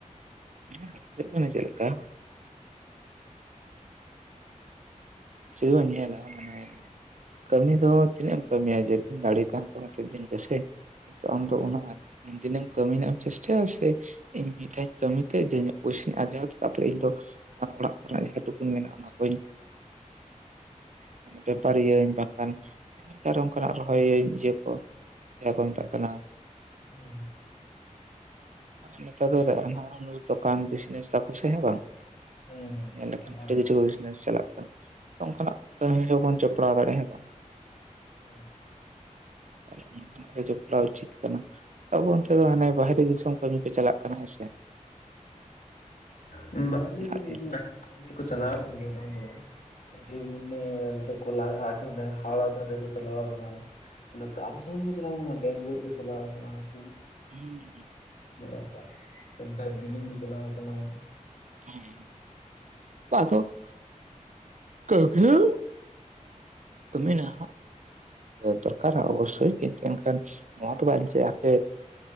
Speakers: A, on the right (about 65°); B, on the left (about 85°).
A: ᱠᱟᱛᱷᱟ ᱫᱚ ᱦᱩᱭᱩᱜ ᱠᱟᱱᱟ ᱪᱮᱫ ᱞᱮᱠᱟ ᱡᱩᱫᱤ ᱵᱚᱱ ᱧᱮᱞᱟ ᱢᱟᱱᱮ ᱠᱟᱹᱢᱤ ᱫᱚ ᱛᱤᱱᱟᱹᱜ ᱮᱢ ᱠᱟᱹᱢᱤᱭᱟ ᱡᱮᱫ ᱫᱤᱱ ᱫᱟᱲᱮ ᱛᱟᱦᱮᱱ ᱛᱟᱢᱟ ᱛᱮᱫ ᱫᱤᱱ ᱜᱮᱥᱮ ᱟᱢ
B: ᱦᱮᱸ
A: ᱫᱚ ᱚᱱᱟ ᱩᱱᱫᱤᱱᱮᱢ ᱠᱟᱹᱢᱤ ᱨᱮᱱᱟᱜ ᱮᱢ ᱪᱮᱥᱴᱟᱭᱟ ᱥᱮ ᱤᱧ ᱢᱤᱫ ᱫᱷᱟᱣ ᱠᱟᱹᱢᱤᱛᱮ ᱡᱮ ᱤᱧᱟᱹᱜ ᱯᱚᱭᱥᱟᱧ ᱟᱨᱟᱣ ᱛᱮ ᱛᱟᱨᱯᱚᱨᱮ ᱤᱧ ᱫᱚ ᱚᱲᱟᱜ ᱠᱚᱨᱮᱱᱟᱜ ᱡᱟᱦᱟᱸ ᱴᱩᱠᱩᱱ ᱢᱮᱱᱟᱜᱼᱟ ᱚᱱᱟ ᱠᱚ ᱢᱟᱱᱮ ᱵᱮᱯᱟᱨᱤᱭᱟᱹᱧ ᱵᱟᱝᱠᱷᱟᱱ ᱚᱱᱠᱟᱱᱟᱜ ᱨᱚᱦᱚᱭᱟᱹᱧ ᱤᱭᱟᱹ ᱠᱚ ᱡᱟᱦᱟᱸ ᱠᱚ ᱢᱮᱛᱟᱜ ᱠᱟᱱᱟ
B: ᱦᱮᱸ
A: ᱱᱮᱛ ᱫᱚ ᱫᱚᱠᱟᱱ ᱵᱤᱡᱱᱮᱥ ᱛᱚᱠᱚ ᱥᱮ ᱦᱮᱸ ᱵᱟᱝ?
B: ᱦᱮᱸ
A: ᱧᱮᱞ ᱞᱮᱠᱷᱟᱱ
B: ᱚᱱᱟ
A: ᱟᱹᱰᱤ
B: ᱨᱮᱠᱚ
A: ᱠᱤᱪᱷᱩ ᱵᱤᱡᱱᱮᱥ ᱪᱟᱞᱟᱜ ᱠᱟᱱᱟ᱾ ᱚᱱᱠᱟᱱᱟᱜ ᱠᱟᱹᱢᱤ ᱨᱮᱦᱚᱸᱵᱚᱱ ᱡᱚᱯᱲᱟᱣ ᱫᱟᱲᱮᱭᱟᱜᱼᱟ ᱦᱮᱸᱥᱮ ᱵᱟᱝ ᱾
B: ᱦᱮᱸ ᱾
A: ᱦᱮᱞᱳ, ᱚᱱᱠᱟᱱᱟᱜ ᱨᱮ ᱡᱚᱯᱲᱟᱣ ᱩᱪᱤᱛ ᱠᱟᱱᱟ ᱟᱵᱚ ᱚᱱᱛᱮ ᱫᱚ ᱦᱟᱱᱮ ᱵᱟᱦᱨᱮ ᱫᱤᱥᱚᱢ ᱠᱟᱹᱢᱤ ᱠᱚ ᱪᱟᱞᱟᱜ ᱠᱟᱱᱟ ᱦᱮᱸ ᱥᱮ ᱾
B: ᱦᱮᱸ ᱵᱟᱦᱨᱮ
A: ᱱᱟᱦᱟᱜ
B: ᱫᱚ
A: ᱫᱤᱱ ᱨᱮ
B: ᱟᱹᱰᱤ ᱥᱟᱺᱜᱤᱧ ᱠᱚ ᱪᱟᱞᱟᱣ ᱟᱠᱟᱱ ᱜᱮᱭᱟ ᱵᱟᱝ ᱫᱚ ᱵᱟᱝ ᱾ ᱫᱢᱩᱱᱮ ᱠᱚᱞᱟ ᱜᱷᱟᱴ ᱚᱱᱮ ᱦᱟᱣᱲᱟ ᱫᱷᱟᱨᱮ ᱠᱚ ᱪᱟᱞᱟᱣ ᱟᱠᱟᱱᱟ ᱾ ᱤᱱᱟᱹᱯᱚᱨ ᱟᱨᱚ ᱥᱚᱢᱜᱤᱧ ᱠᱚ ᱪᱟᱞᱟᱣ ᱠᱟᱱᱟ ᱵᱮᱝᱞᱳᱨ ᱠᱚ ᱪᱟᱞᱟᱣ ᱠᱟᱱᱟ ᱾
A: ᱦᱩᱸ ᱾
B: <unintelligible> ᱫᱟᱨᱡᱤᱞᱤᱝ ᱠᱚ ᱪᱞᱟᱣ ᱠᱟᱱᱟ ᱾
A: ᱦᱮᱸ, ‌ ᱯᱟᱛᱚ ᱠᱟᱹᱢᱤᱭᱟ ᱠᱟᱹᱢᱤ ᱱᱟ ᱫᱚᱨᱠᱟᱨᱟ ᱚᱵᱚᱥᱳᱭ ᱠᱤᱱᱛᱩ ᱮᱱᱠᱷᱟᱱ ᱱᱚᱣᱟ ᱫᱚ ᱵᱟᱝ ᱡᱮ ᱟᱯᱮ